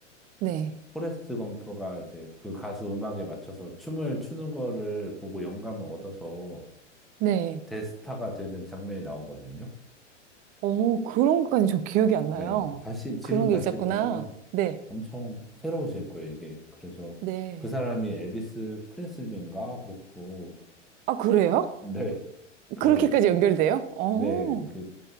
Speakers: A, on the right (about 25°); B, in the centre.
A: 네.
B: 포레스트 검프가 이제 그 가수 음악에 맞춰서 춤을 추는 거를 보고 영감을 얻어서
A: 네.
B: 대스타가 되는 장면이 나오거든요.
A: 어, 그런 것까지 저 기억이 안
B: 네,
A: 나요.
B: 다시, 지금
A: 그런
B: 다시
A: 게 있었구나.
B: 보시면
A: 네.
B: 엄청 새로우실 거예요, 이게. 그래서
A: 네.
B: 그 사람이 엘비스 프레슬리인가? 그렇고,
A: 아, 그래요?
B: 네, 그,
A: 그렇게까지 연결돼요? 어,
B: 네, 그,